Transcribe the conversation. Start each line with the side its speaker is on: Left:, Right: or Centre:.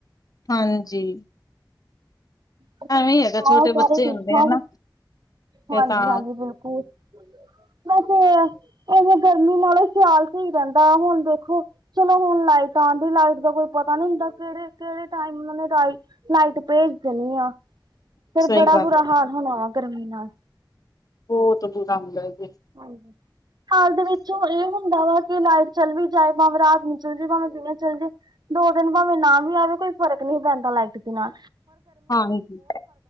Left: ਹਾਂਜੀ
Right: ਤੁਸੀਂ
Left: ਐਵੇਂ
Right: ਸੁਣਾਓ
Left: ਹੀ ਹੈਗਾ ਛੋਟੇ
Right: ਸਾਰੇ
Left: ਬੱਚੇ
Right: ਠੀਕ
Left: ਹੁੰਦੇ
Right: ਠਾਕ?
Left: ਆ ਨਾ ਫੇਰ
Right: ਹਾਂਜੀ
Left: ਤਾਂ
Right: ਹਾਂਜੀ ਬਿਲਕੁਲ ਵੈਸੇ ਗਰਮੀ ਨਾਲੋਂ ਸਿਆਲ ਸਹੀ ਰਹਿੰਦਾ ਹੁਣ ਦੇਖੋ ਚਲੋ ਹੁਣ ਲਾਈਟ ਆਦੀ ਲਾਈਟ ਦਾ ਕੋਈ ਪਤਾ ਨੀ ਹੁੰਦਾ ਕਿਹੜੇ ਕਿਹੜੇ ਟਾਈਮ ਉਹਨਾਂ ਨੇ ਲ ਲਾਈਟ ਭੇਜ ਦੇਨੀ ਆ ਫੇਰ
Left: ਸਹੀ
Right: ਬੜਾ
Left: ਗੱਲ
Right: ਬੁਰਾ
Left: ਹੈ
Right: ਹਾਲ ਹੋਣਾ ਵਾ ਗਰਮੀ ਨਾਲ।
Left: ਬੋਤ ਬੁਰਾ ਹੁੰਦਾ ਐ ਜੀ।
Right: ਹਾਂਜੀ। ਹਾਲ ਦੇ ਵਿੱਚੋਂ ਏ ਹੁੰਦਾ ਵਾ ਕਿ ਲਾਈਟ ਚੱਲ ਵੀ ਜਾਏ, ਭਾਵੇਂ ਰਾਤ ਨੂੰ ਚੱਲ ਜੇ, ਭਾਵੇਂ ਦਿਨ ਚੱਲ ਜੇ ਦੋ ਦਿਨ ਭਾਵੇਂ ਨਾ ਵੀ ਆਵੇ ਕੋਈ ਫ਼ਰਕ ਨੀ ਪੈਂਦਾ ਲਾਈਟ ਬਿਨਾ।
Left: ਹਾਂਜੀ